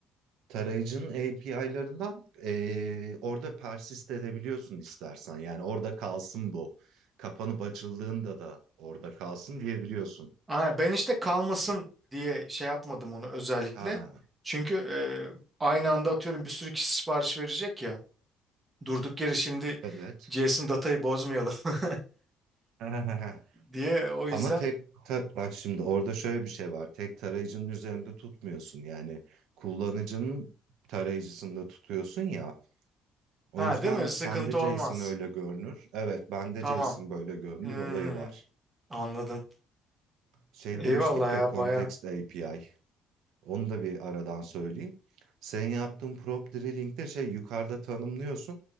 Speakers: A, on the right; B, on the right.
A: tarayıcının API'larından eee, orada persist edebiliyorsun istersen. Yani orada kalsın bu. Kapanıp açıldığında da orada kalsın diyebiliyorsun.
B: Aynen, ben işte kalmasın diye şey yapmadım onu özellikle.
A: Ha,
B: Çünkü e, aynı anda atıyorum bir sürü kişi sipariş verecek ya. Durduk yere şimdi
A: evet.
B: JSON datayı bozmayalım <laughs>
A: <laughs>
B: diye o yüzden.
A: Ama tek ta- bak şimdi orada şöyle bir şey var. Tek tarayıcının üzerinde tutmuyorsun. Yani kullanıcının tarayıcısında tutuyorsun ya. O
B: Ha
A: yüzden
B: değil mi? Sıkıntı
A: sende JSON
B: olmaz.
A: öyle görünür. Evet, bende
B: Tamam.
A: JSON böyle görünür
B: Hmm,
A: olayı var.
B: anladım.
A: Şey demiştik
B: Eyvallah ya
A: ya Context
B: baya.
A: API. Onu da bir aradan söyleyeyim. Sen yaptığın prop drilling'de şey yukarıda tanımlıyorsun.